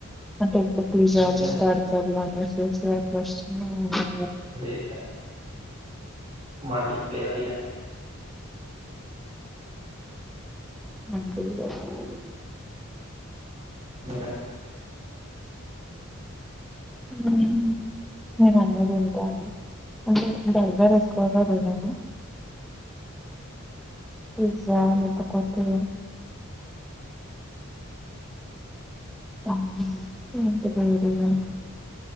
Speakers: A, in the centre; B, on the right (about 30°).
A: అంటే అంటే పిజ్జాలు
B: అంతే అండి
A: బర్గర్లు <unintelligible>
B: లేదం మండి లేద బిర్యానీ
A: మండి లేదా బిర్యానీ
B: మీరండీ
A: నేను నేను అన్ని తింటాను అంటే బర్గర్ ఎక్కువగా తినను పిజ్జా లేకపోతే అంతేమ్ పెద్దగా తినను